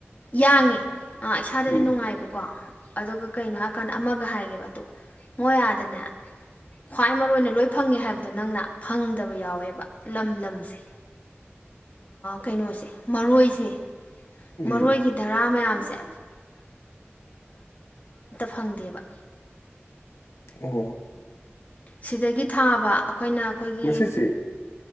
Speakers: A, on the left; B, on the left.
A: ꯌꯥꯡꯉꯦ ꯑꯥ ꯏꯁꯥꯗꯗꯤ
B: ꯎꯝ
A: ꯅꯨꯡꯉꯥꯏꯕꯀꯣ ꯑꯗꯣ ꯀꯩꯅꯣ ꯍꯥꯏꯔꯀꯥꯟꯗ ꯑꯃꯒ ꯍꯥꯏꯒꯦꯕ ꯑꯗꯨꯣ ꯃꯣꯏ ꯑꯥꯗꯅꯦ ꯈ꯭ꯋꯥꯏ ꯃꯔꯣꯏ ꯑꯣꯏꯅ ꯂꯣꯏ ꯐꯪꯉꯦ ꯍꯥꯏꯕꯗꯣ ꯅꯪꯅ ꯐꯪꯗꯕ ꯌꯥꯎꯋꯦꯕ ꯂꯝ ꯂꯝꯁꯦ ꯀꯩꯅꯣꯁꯦ ꯃꯔꯣꯏꯁꯦ
B: ꯎꯝ
A: ꯃꯔꯣꯏꯒꯤ ꯙꯔꯥ ꯃꯌꯥꯝꯁ ꯐ
B: ꯑꯣ
A: ꯁꯤꯗꯒꯤ ꯊꯥꯕ ꯑꯩꯈꯣꯏꯅ ꯑꯩꯈꯣꯏꯒꯤ
B: ꯃꯁꯤꯁꯦ